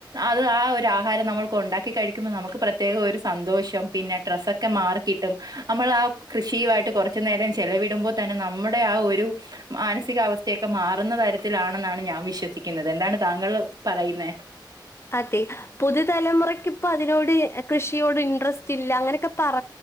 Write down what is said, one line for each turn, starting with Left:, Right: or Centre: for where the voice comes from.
Right: അത് ആ ഒരാഹാരം നമ്മൾക്ക് ഉണ്ടാക്കിക്കഴിക്കുമ്പൊ നമുക്ക് പ്രത്യേകൊരു സന്തോഷം പിന്നെ ട്രസ്സൊക്കെ മാറിക്കിയിട്ടും നമ്മൾ ആ കൃഷിയുമായിട്ട് കുറച്ചുനേരം ചെലവിടുമ്പോ തന്നെ നമ്മുടെ ആ ഒരു മാനസികാവസ്ഥയൊക്കെ മാറുന്ന തരത്തിലാണെന്നാണ് ഞാൻ വിശ്വസിക്കുന്നത് എന്താണ് താങ്കള് പറയുന്നേ
Left: അതെ പുതുതലമുറക്ക് ഇപ്പതിനോട് കൃഷിയോട് ഇൻട്രസ്റ്റില്ല അങ്ങനൊക്കെ പറ